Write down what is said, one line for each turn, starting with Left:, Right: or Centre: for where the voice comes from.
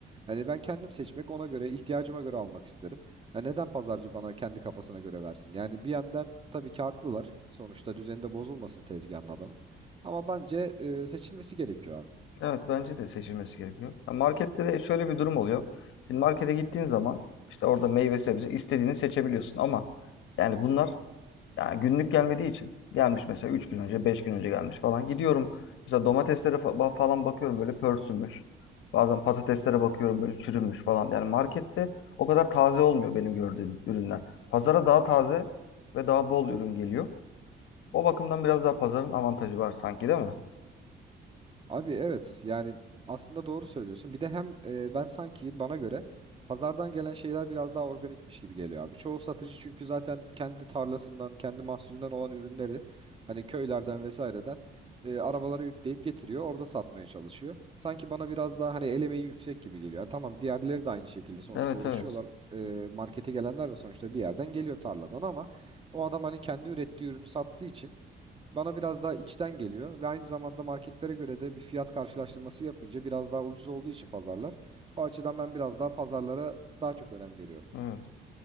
Right: Hani ben kendim seçmek ona göre ihtiyacıma göre almak isterim. Ha neden pazarcı bana kendi kafasına göre versin? Yani bir yandan tabii ki haklılar. Sonuçta düzeni de bozulmasın tezgahın adamın. Ama bence e, seçilmesi gerekiyor abi.
Left: Evet bence de seçilmesi gerekiyor. Ya markette de şöyle bir durum oluyor. Şimdi markete gittiğin zaman işte orada meyve sebze istediğini seçebiliyorsun ama yani bunlar yani günlük gelmediği için gelmiş mesela 3 gün önce 5 gün önce gelmiş falan. Gidiyorum mesela domateslere fa- falan bakıyorum böyle pörsümüş. Bazen patateslere bakıyorum böyle çürümüş falan. Yani markette o kadar taze olmuyor benim gördüğüm ürünler. Pazara daha taze ve daha bol ürün geliyor. O bakımdan biraz daha pazarın avantajı var sanki değil mi?
Right: Abi evet yani aslında doğru söylüyorsun. Bir de hem e, ben sanki bana göre pazardan gelen şeyler biraz daha organikmiş gibi geliyor abi. Çoğu satıcı çünkü zaten kendi tarlasından, kendi mahsulünden olan ürünleri hani köylerden vesaireden e, arabalara yükleyip getiriyor. Orada satmaya çalışıyor. Sanki bana biraz daha hani el emeği yüksek gibi geliyor. Yani tamam diğerleri de aynı şekilde sonuçta
Left: Evet
Right: uğraşıyorlar.
Left: evet.
Right: E, markete gelenler de sonuçta bir yerden geliyor tarladan ama o adam hani kendi ürettiği ürünü sattığı için bana biraz daha içten geliyor ve aynı zamanda marketlere göre de bir fiyat karşılaştırması yapınca biraz daha ucuz olduğu için pazarlar. O açıdan ben biraz daha pazarlara daha çok önem veriyorum.
Left: Evet.